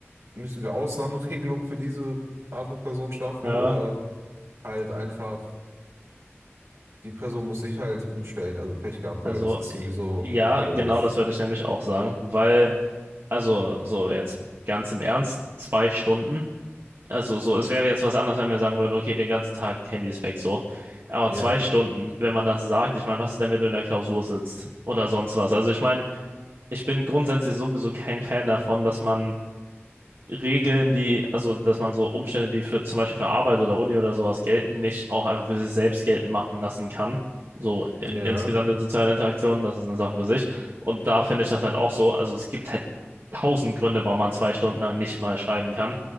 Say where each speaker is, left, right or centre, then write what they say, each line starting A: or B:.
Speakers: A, on the right; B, on the right.
A: müssen wir Ausnahmeregelungen für diese Art von Person schaffen
B: äh,
A: oder halt einfach die Person muss sich halt umstellen, also Pech gehabt,
B: also
A: weil das ist
B: äh,
A: sowieso
B: ja, genau
A: komisch.
B: das werde ich nämlich auch sagen, weil, also so jetzt ganz im Ernst, zwei Stunden, also so, es wäre jetzt was anderes, wenn wir sagen würden, okay, den ganzen Tag Handys weg, so. Aber
A: Ja,
B: zwei Stunden, wenn man das sagt, ich meine, was ist denn, wenn du in der Klausur sitzt oder sonst was? Also ich meine, ich bin grundsätzlich sowieso kein Fan davon, dass man Regeln, die, also dass man so Umstände, die für zum Beispiel für Arbeit oder Uni oder sowas gelten, nicht auch einfach für sich selbst geltend machen lassen kann. So
A: ja,
B: äh, insgesamt in sozialen Interaktionen, das ist eine Sache für sich. Und da finde ich das halt auch so. Also es gibt halt tausend Gründe, warum man zwei Stunden lang nicht mal schreiben kann.